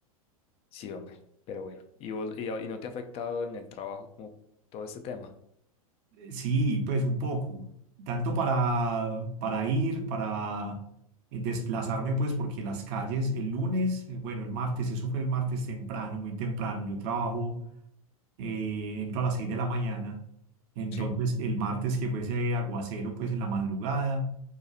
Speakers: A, on the left; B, on the right.
A: sí, hombre, pero bueno. ¿Y vos, y, a- y no te ha afectado en el trabajo como todo este tema?
B: Sí, pues un poco, tanto para, para ir, para eh, desplazarme, pues porque las calles el lunes, eh, bueno, el martes, eso fue el martes temprano, muy temprano, yo trabajo, eh, entro a las 6 de la mañana, entonces
A: Sí,
B: el martes que fue ese aguacero, pues en la madrugada,